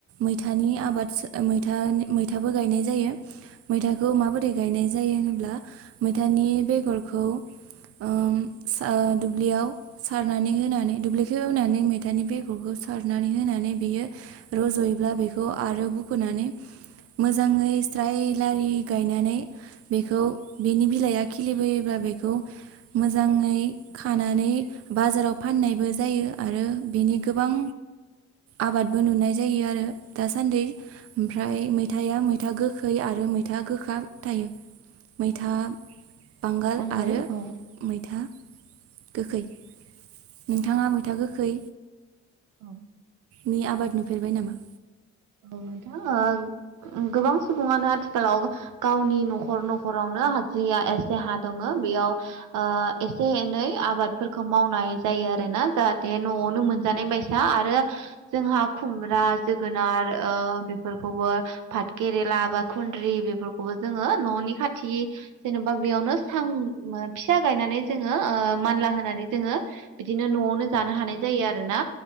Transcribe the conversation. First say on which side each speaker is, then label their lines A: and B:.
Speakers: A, on the right (about 50°); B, on the right (about 85°).
A: मैथानि आबाद मैथा मैथाबो गायनाय जायो। मैथाखौ माबोरै गायनाय जायो होनोब्ला मैथानि बेगरखौ ओम
B: उम
A: सा दुब्लियाव सारनानै होनानै दुब्लिखौ एवानै मैथानि बेगरखौ सारनानै होनानै बियो रज'योब्ला बेखौ आरो बुख'नानै मोजां फ्राय लारि गायनानै बेखौ बेनि बिलाइआ खिलि बोयोब्ला बेखौ मोजाङै खानानै बाजाराव फाननायबो जायो आरो बिनि गोबां आबाद बो नुनाय जायो आरो दासान्दै ओमफ्राय मैथाया मैथा गो खै आरो मैथा गोखा थायो। मैथा बांगाल
B: आं गायो
A: आरो
B: औ
A: मैथा गोखै नोंथाङा मैथा गोखै
B: औ।
A: नि आबाद नुफेरबाय नामा?
B: औ नोंथा ओ गोबां सुबुङानो आथिखालाव गावनि न'खर न'खरावनो जिया एसे हा दङ बेयाव ओ एसे एनै आबादफोरखौ मावनाय जायो आरो। जाहाथे न'आवनो मोनजानाय बायसा आरो जोंहा खुमब्रा जोगोनार। ओ बेफोरखौबो भाथ केेरेला बा खुन्द्रि बेफोरखौबो जोङो न'नि खाथि जेन'बा बेयावनो सां फिसा गायनानै जोङो ओ मानला होनानै जोङो बिदिनो। न'आवनो जानो हानाय जायो आरोना